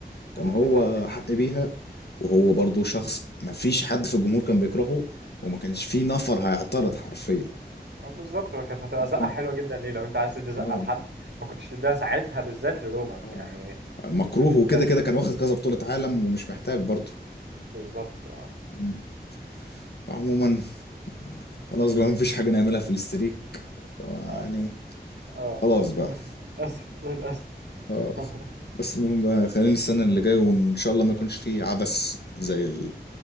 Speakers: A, on the left; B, on the right.
A: كان
B: اه
A: هو
B: ده حقيقي
A: حق بيها وهو برضو شخص مفيش حد في الجمهور كان بيكرهه وما كانش فيه نفر هيعترض حرفيا
B: آه، بالظبط هو كانت هتبقى زقه
A: اه
B: حلوه جدا ليه لو انت عايز تدي زقه
A: اه
B: لحد ما كنتش تديها ساعتها بالذات لرومان
A: اه
B: يعني
A: المكروه
B: كنت تديها
A: وكده كده كان واخد كذا بطولة عالم ومش محتاج برضو
B: بالظبط اه
A: مم. فعموما خلاص بقى مفيش حاجة نعملها في الاستريك
B: آه،
A: يعني
B: ده- اه
A: خلاص بقى
B: <laughs> للاسف للاسف
A: اه
B: <laughs>
A: بس المهم بقى خلينا السنة اللي جاية وإن شاء الله ما يكونش فيه عبث زي